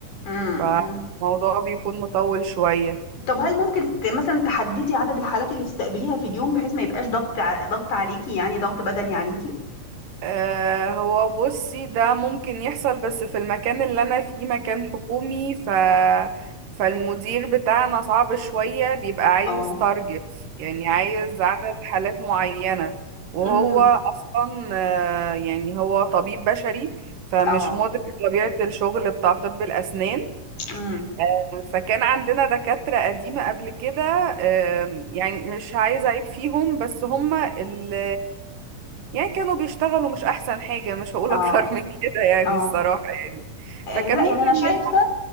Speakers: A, on the left; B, on the right.
A: إمم،
B: فالموضوع
A: إمم.
B: بيكون مطول شوية
A: طب هل ممكن ت مثلًا تحدّدي عدد الحالات اللي تستقبليها في اليوم بحيث ما يبقاش ضغط ع ضغط عليكِ، يعني ضغط بدني عليكِ؟
B: آه، هو بصي ده ممكن يحصل بس في المكان اللي انا فيه مكان حكومي ف فالمدير بتاعنا صعب شوية بيبقى عايز
A: آه.
B: تارجت يعني عايز عدد حالات معينة وهو
A: إمم.
B: أصلا آه، يعني هو طبيب بشري فمش
A: آه.
B: مدرك طبيعة الشغل بتاع طب الأسنان
A: إمم.
B: آه، فكان عندنا دكاترة قديمة قبل كده آه، يعني مش عايزة أعيب فيهم بس هما اللي يعني كانوا بيشتغلوا مش احسن حاجة مش هقول
A: آه.
B: اكتر من كده يعني
A: آه.
B: الصراحة يعني
A: آآ
B: فكان
A: لأ،
B: ممكن
A: يعني أنا شايفة
B: يبقى